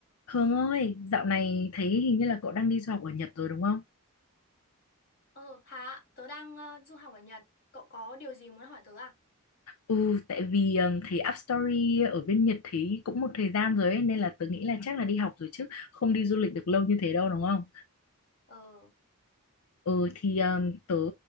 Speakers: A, on the left (about 75°); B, on the left (about 45°).
A: Hương ơi, dạo này thấy hình như là cậu đang đi du học ở Nhật rồi đúng không?
B: Ờ, hả? Tớ đang ờ, du học ở Nhật. Cậu có điều gì muốn hỏi tớ à?
A: Ừ, tại vì ừm, thấy Up Story ở bên Nhật thấy cũng một thời gian rồi ấy, nên là tớ nghĩ là chắc là đi học rồi chứ không đi du lịch được lâu như thế đâu đúng không?
B: Ờ,
A: Ừ thì um, tớ